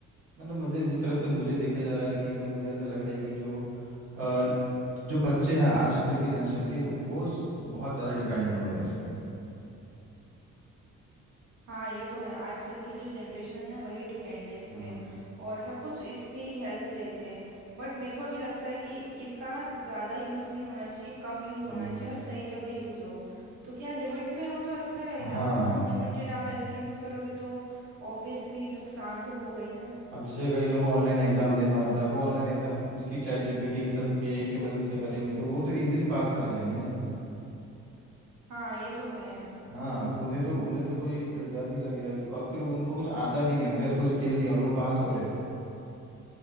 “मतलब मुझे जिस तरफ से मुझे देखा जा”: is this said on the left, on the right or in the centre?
Right